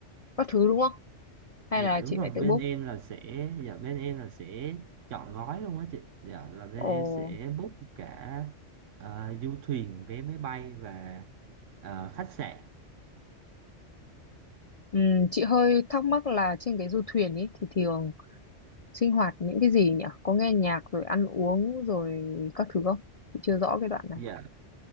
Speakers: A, on the left (about 45°); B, on the right (about 80°).
A: các thứ đúng không? Hay
B: dạ
A: là
B: đúng
A: chị
B: rồi
A: phải tự
B: bên
A: book?
B: em là sẽ dạ bên em là sẽ chọn gói luôn á chị dạ là bên
A: Ồ,
B: em sẽ book cả ờ, du thuyền vé máy bay và ờ, khách sạn
A: ừm, chị hơi thắc mắc là trên cái du thuyền ấy thì thường sinh hoạt những cái gì nhỉ? Có nghe nhạc rồi ăn uống rồi các thứ không? Chị chưa rõ cái đoạn này.
B: dạ